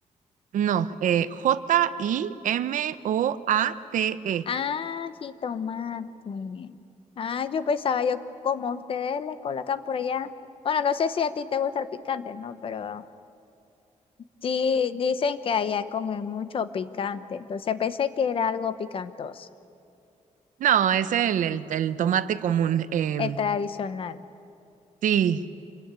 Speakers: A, on the right; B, on the left.
A: No, eh, J-I-M-O-A-T-E.
B: Ah, jitomate. Ah, yo pensaba, yo como ustedes le colocan por allá. Bueno, no sé si a ti te gusta el picante, ¿no? Pero sí dicen que allá comen mucho picante. Entonces pensé que era algo picantoso,
A: No, es el, el, el tomate común. em,
B: es tradicional.
A: sí,